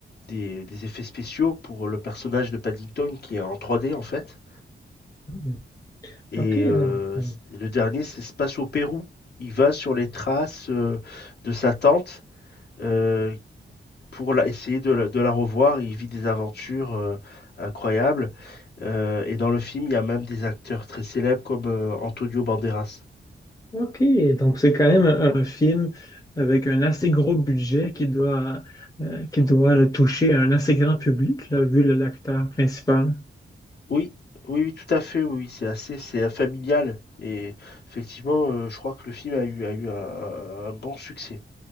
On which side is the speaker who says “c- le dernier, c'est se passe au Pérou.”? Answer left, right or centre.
Left